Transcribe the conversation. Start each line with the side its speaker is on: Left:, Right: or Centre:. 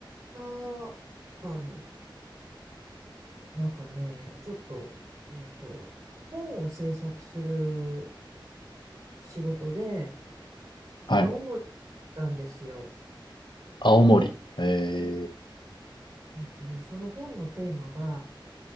Right: なんかの、なんかね、ちょっと、えっと、本を制作する仕事で、
Left: はい。
Right: 青森に行ったんですよ。
Left: 青森。えー、
Right: うんえっとね、その本のテーマが、